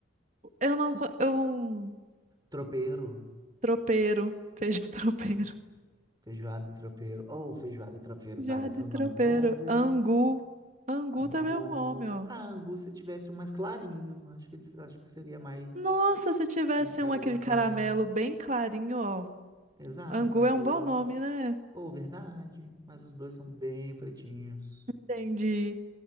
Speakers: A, on the right; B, on the right.
A: eu não. co- Eu, um
B: Tropeiro,
A: tropeiro, feijão <laughs> tropeiro,
B: feijoada e tropeiro. Ou feijoada e tropeiro,
A: já
B: parecem
A: de tropeiro,
B: uns nomes bons, hein?
A: angu. Angu
B: Angu.
A: também é um nome, ó.
B: Ah, angu se tivesse um mais clarinho, acho que, acho que seria mais
A: Nossa, se tivesse
B: a cara
A: um aquele
B: de um clarinho.
A: caramelo bem clarinho, ó.
B: Exato,
A: Angu
B: angu.
A: é um bom nome, né?
B: Ou verdade, mas os dois são bem pretinhos.
A: Entendi.